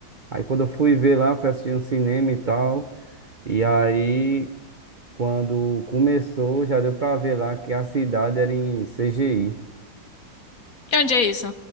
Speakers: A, on the right; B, on the left.
A: Aí quando eu fui ver lá, fui assistir no cinema e tal. E aí, quando começou, já deu pra ver lá que a cidade era em CGI.
B: E onde é isso?